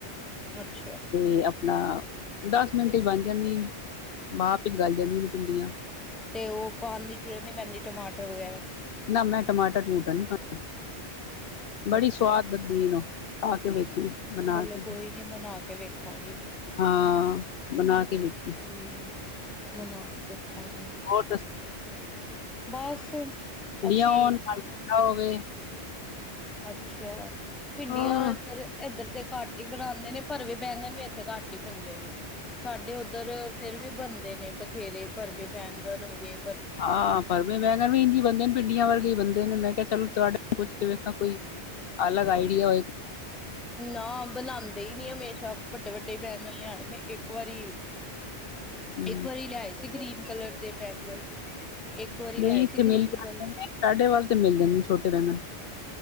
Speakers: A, in the centre; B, on the left.
A: ਅੱਛਾ!
B: 'ਤੇ ਆਪਣਾ ਦਸ ਮਿੰਟ 'ਚ ਬਣ ਜਾਂਦੀਆਂ, ਭਾਫ਼ ਵਿੱਚ ਗਲ ਜਾਂਦੀਆਂ ਨੇ ਭਿੰਡੀਆਂ।
A: 'ਤੇ ਓ ਪਾਣ ਦੀ ਜ਼ਰੂਰਤ ਨੀ ਪੈਂਦੀ ਟਮਾਟਰ ਵਗੈਰਾ।
B: ਨਾ ਮੈਂ ਟਮਾਟਰ ਟਮੂਟਰ ਨੀ ਪਾਂ, ਬੜੀ
A: ਅੱਛਾ।
B: ਸਵਾਦ ਵਧ ਵੀ ਨੋ ਖਾ ਕੇ ਵੇਖਣਾ। ਬਣਾ
A: ਚਲੋ
B: ਕੇ
A: ਕੋਈ ਨੀ ਮਨਾ ਕੇ ਵੇਖਾਂਗੀ।
B: ਹਾਂ ਬਣਾ ਕੇ ਵੇਖੀ।
A: ਕੋਈ ਨੀ ਬਣਾ ਕੇ ਦੇਖਾਂਗੇ,
B: ਹੋਰ
A: ਬਸ
B: ਡੀਆਂ
A: ਅਸੀਂ
B: ਹੋਣ <unintelligible> ਹੋਵੇ।
A: ਅੱਛਾ ਭਿੰਡੀਆਂ
B: ਹਾਂ
A: ਏਧਰ, ਏਧਰ 'ਤੇ ਘੱ ਟ ਈ ਬਣਾਂਦੇ ਨੇ ਪਰ ਵੇ ਵੈਗਣ ਵੀ ਏਥੇ ਘੱਟ ਈ ਬਣਦੇ ਨੇ, ਸਾਡੇ ਉੱਧਰ ਫੇਰ ਵੀ ਬਨਦੇ ਨੇ ਬਥੇਰੇ ਭਰਵੇ ਬੈਂਗਨ ਹੋਗੇ।
B: ਹਾਂ ਭਰਮੇ ਬੈਂਗਣ ਵੀ ਇੰਝ ਈ ਬਣਦੇ ਭਿੰਡੀਆ ਵਰਗੇ ਈ ਬਨਦੇ ਨੇ ਮੈਂ ਕੇਆ ਚਲੋ ਤੁਹਾਡੇ ਪੁੱਛ ਕੇ ਵੇਖਾਂ ਕੋਈ ਅਲੱਗ ਆਈਡੀਆ ਉਏ।
A: ਨਾ ਬਣਾਂਦੇ ਈ ਨੀ ਹਮੇਸ਼ਾ ਵੱਡੇ-ਵੱਡੇ ਈ ਬੈਂਗਨ ਲਿਆਏ ਨੇ ਇੱਕ ਵਾਰੀ
B: ਹੂੰ
A: ਇੱਕ ਵਾਰੀ ਲਿਆਏ ਸੀ ਗ੍ਰੀਨ ਕਲਰ ਦੇ ਬੈਂਗਨ। ਇੱਕ ਵਾਰੀ
B: ਨਹੀਂ
A: ਲਿਆਏ
B: ਇੱਥੇ
A: ਸੀ ਗ੍ਰੀਨ
B: ਮਿਲ ਜਾਂਦੇ
A: ਕਲਰ
B: ਨੇ ਸਾਡੇ ਵੱਲ 'ਤੇ ਮਿਲਦਾ ਨੀ ਛੋਟੇ ਬੈਂਗਨ।